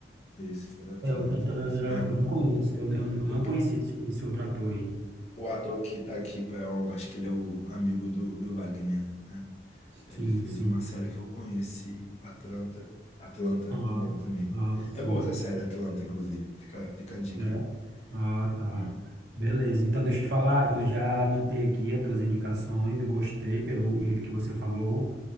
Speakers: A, on the left (about 35°); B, on the right (about 75°).
A: Isso, fez Atlanta.
B: Eu, então, eu,
A: Esse mesmo.
B: eu não conheço, eu, eu, eu não
A: O,
B: conheci esse, esse outro ator aí.
A: o ator que tá aqui, pá, é o- acho que ele é o amigo do, do Wagner, né? Ele
B: Sim,
A: fez
B: sim.
A: uma série que eu conheci, Atlanta. Atlanta
B: Ah,
A: é bom também.
B: ah, sim.
A: É boa essa série, Atlanta, inclusive. Fica, fica a dica
B: É.
A: aí.
B: Ah, tá.
A: Hum.
B: Beleza. Então, deixa eu te falar, eu já anotei aqui as tuas indicações, eu gostei pelo jeito que você falou.